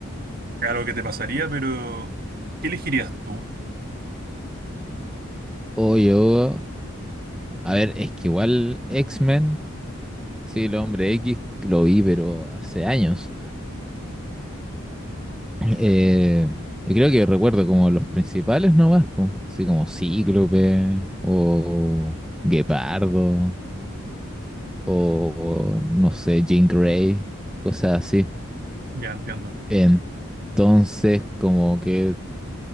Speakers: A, on the right; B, in the centre.
A: es algo que te pasaría, pero ¿qué elegirías tú?
B: O yo, a ver, es que igual X-Men, sí, el hombre X lo vi, pero hace años. <laughs> Eh, y creo que recuerdo como los principales nomás, pues, así como Cíclope o Guepardo o no sé, Jean Grey, cosas así.
A: Ya entiendo.
B: Entonces, como que